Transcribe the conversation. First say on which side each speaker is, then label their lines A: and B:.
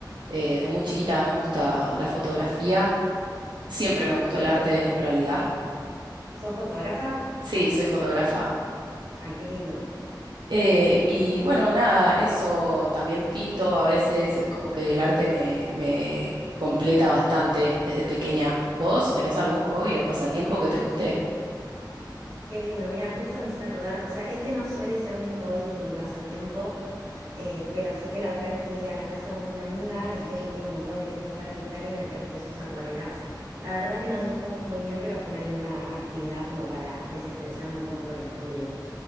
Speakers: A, on the right; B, on the right.
A: Eh, de muy chiquita me gusta la fotografía. Siempre me gustó el
B: ¿Sos,
A: arte, en realidad.
B: sos fotógrafa?
A: Sí, soy fotógrafa.
B: Ay, qué lindo.
A: Eh, y bueno, nada, eso también pinto a veces. Es como que el arte me, me completa bastante desde pequeña. ¿Vos tenés algún hobby o pasatiempo que te guste?
B: Qué lindo, mira, justo me hiciste acordar, o sea, este no suele ser mi hobby ni mi pasatiempo, eh, pero sí que la otra vez fui a la casa de una amiga y ella tiene un montón de cosas para pintar y me prestó sus acuarelas. La verdad que no dibujo muy bien, pero fue una linda actividad como para desestresarme un poco del estudio.